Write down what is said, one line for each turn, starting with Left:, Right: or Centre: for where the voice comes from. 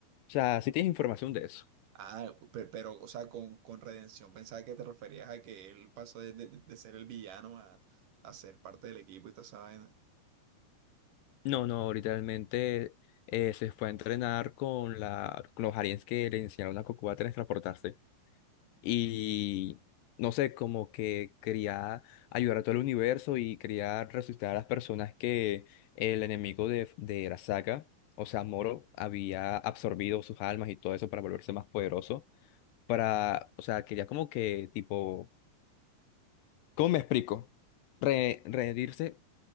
Left: o sea, sí tienes información de eso.
Right: Ah, pe- pero, o sea, con, con redención, pensaba que te referías a que él pasó de, de- de ser el villano a, a ser parte del equipo y toda esa vaina.
Left: No, no, literalmente eh, se fue a entrenar con, la, con los aliens que le enseñaron a Goku a transportarse. Y no sé, como que quería ayudar a todo el universo y quería resucitar a las personas que el enemigo de, de Arasaka, o sea, Moro, había absorbido sus almas y todo eso para volverse más poderoso. Para, o sea, quería como que tipo ¿Cómo me explico? Re- reherirse